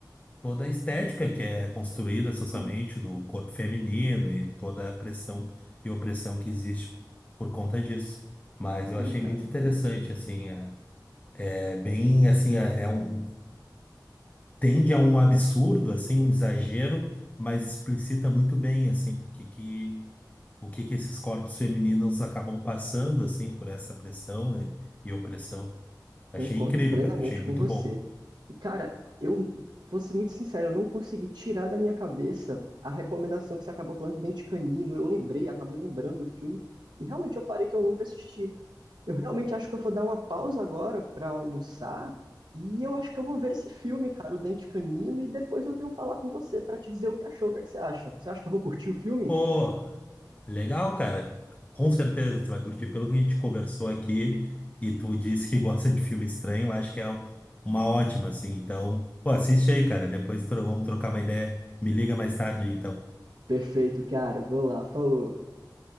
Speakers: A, on the left (about 20°); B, on the right (about 80°).
A: toda a estética que é construída
B: Sim.
A: socialmente do corpo feminino e toda a pressão e opressão que existe por conta disso. Mas eu
B: Sim,
A: achei
B: cara.
A: muito interessante, assim, é, é bem, assim, é, é um, tende a um absurdo, assim, um exagero, mas explicita muito bem, assim, o que que, o que que esses corpos femininos acabam passando, assim, por essa pressão, né, e opressão.
B: Concordo
A: Achei incrível,
B: plenamente
A: cara, achei muito
B: com você.
A: bom.
B: E, cara, eu vou ser muito sincero, eu não consegui tirar da minha cabeça a recomendação que você acabou falando de Dente Canino. Eu lembrei, acabei lembrando do filme, e realmente eu parei que eu nunca assisti. Eu realmente acho que eu vou dar uma pausa agora para almoçar, e eu acho que eu vou ver esse filme, cara, o Dente Canino, e depois eu venho falar com você para te dizer o que achou, o que é que você acha. Você acha que eu vou curtir o filme?
A: Pô, legal, cara. Com certeza tu vai curtir. Pelo que a gente conversou aqui e tu disse que <laughs> gosta de filme estranho, acho que é um- uma ótima, assim. Então, pô, assiste aí, cara. Depois tro- vamos trocar uma ideia. Me liga mais tarde, aí, então.
B: Perfeito, cara, vou lá, falou.